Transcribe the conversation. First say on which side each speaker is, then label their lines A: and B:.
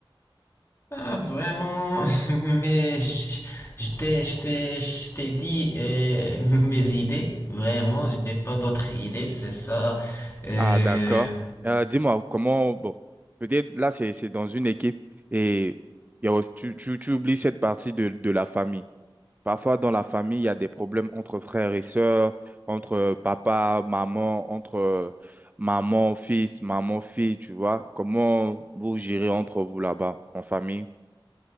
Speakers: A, on the left (about 30°); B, on the right (about 20°).
A: Ah vraiment, <laughs> mais je je t'ai, je t'ai- je t'ai dit euh, <laughs> mes idées. Vraiment, j'ai pas d'autres idées, c'est ça. Euh,
B: Ah, d'accord. Euh, dis-moi, comment, bon, peut-être là, c'est, c'est dans une équipe et il y a aussi- tu, tu, tu oublies cette partie de, de la famille. Parfois, dans la famille, il y a des problèmes entre frères et sœurs, entre euh, papa, maman, entre euh, maman, fils, maman, fille, tu vois. Comment vous gérez entre vous là-bas, en famille?